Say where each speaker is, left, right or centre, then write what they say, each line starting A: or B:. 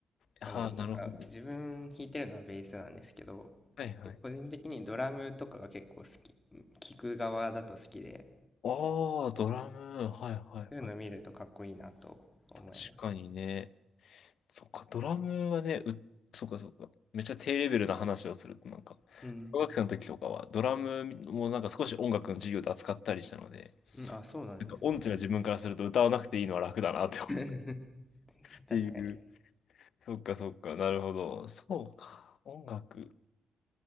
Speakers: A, on the left; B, on the left.
A: はあ、
B: でもなんか自分弾いてるのはベースなんですけど、
A: なるほど。はいはい。
B: 個人的にドラムとかが結構好き、聞く側だと好きで、
A: ああ、ドラム。はいはいはい。
B: そういうの見るとかっこいいなと思います。
A: 確かにね。そっか、ドラムはね、う、そっかそっか。めっちゃ低レベルな話をすると、なんか、
B: うん。
A: 小学生の時とかは、ドラムもなんか少し音楽の授業で扱ったりしたので、
B: うんあ、そうなんですね。
A: なんか音痴な自分からすると歌わなくていいのは楽だなって思う
B: <laughs>
A: っていう。
B: 確かに。
A: そっかそっか、なるほど。そうか、音楽。